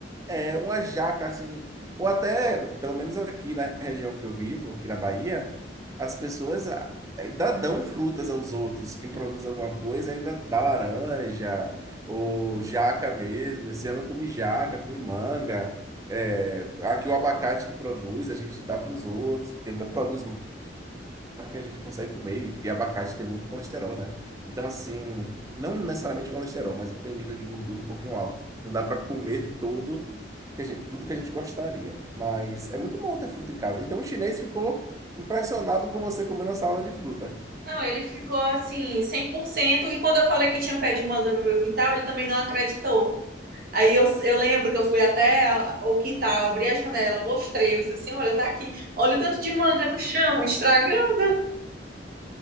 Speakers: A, on the right; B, on the right.
A: é, uma jaca, assim, ou até, pelo menos aqui na região que eu vivo, aqui na Bahia, as pessoas a- ainda dão frutas aos outros. Quem produz alguma coisa ainda dá laranja, ou jaca mesmo. Esse ano eu comi jaca, comi manga. É, aqui o abacate que produz, a gente dá para os outros, porque dá- produz que a gente consegue comer, e abacate tem muito colesterol, né? Então, assim, não necessariamente colesterol, mas tem um nível de gordura um pouquinho alto. Não dá para comer todo que a gente, tudo que a gente gostaria, mas é muito bom ter fruta em casa. Então, o chinês ficou impressionado com você comendo a salada de fruta.
B: Não, ele ficou assim, cem por cento E quando eu falei que tinha um pé de manga no meu quintal, ele também não acreditou. Aí eu, eu lembro que eu fui até a- o quintal, abri a janela, mostrei, eu disse assim, olha, tá aqui, olha o tanto de manga no chão, estragando.